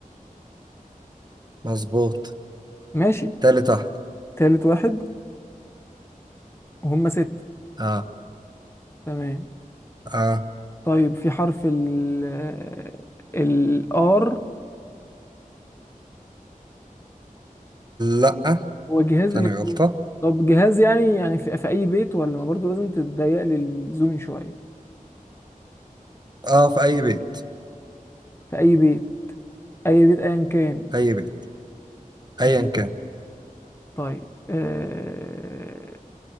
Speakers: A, on the right; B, on the left.
A: مظبوط
B: ماشي
A: تالت واحد
B: تالت واحد وهم ستة
A: اه
B: تمام
A: اه
B: طيب في حرف ال ال R
A: لا
B: هو جهاز
A: تاني
B: إلكتروني
A: غلطة
B: طب جهاز يعني يعني في, في أي بيت ولا ما برضه لازم تتضيق لي الزون شوية
A: اه في أي بيت
B: في أي بيت أي بيت أيا كان
A: أي بيت ايا كان
B: طيب آه